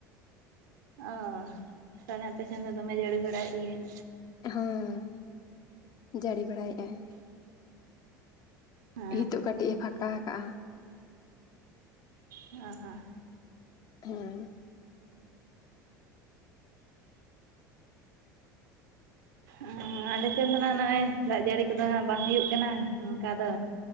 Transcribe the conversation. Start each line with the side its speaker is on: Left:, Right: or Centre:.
Right: ᱟᱻ ᱛᱟᱦᱚᱞᱮ, ᱟᱯᱮᱥᱮᱱ ᱫᱚ, ᱫᱚᱢᱮ ᱡᱟᱹᱲᱤ ᱵᱟᱲᱟᱭᱮᱫ ᱜᱮᱭᱟ ᱾
Left: ᱦᱚᱸᱻ, ᱡᱟᱹᱲᱤ ᱵᱟᱲᱟᱭᱮᱫᱼᱟᱭ ᱾
Right: ᱚ
Left: ᱦᱤᱛᱚᱜ, ᱠᱟᱹᱴᱤᱡ ᱮ, ᱯᱷᱟᱠᱟ ᱟᱠᱟᱜᱼᱟᱭ ᱾
Right: ᱟᱻ ᱦᱟ ᱾
Left: ᱠᱷ-ᱦᱮᱸ ᱾
Right: ᱟᱸ ᱟᱞᱮ ᱥᱮᱱ ᱫᱚ ᱱᱟᱜᱼᱚᱭ ᱫᱟᱜ ᱡᱟᱹᱲᱤ ᱠᱚᱫᱚ ᱦᱟᱸᱜ ᱵᱟᱝ ᱦᱩᱭᱩᱜ ᱠᱟᱱᱟ ᱚᱝᱠᱟ ᱫᱚ᱾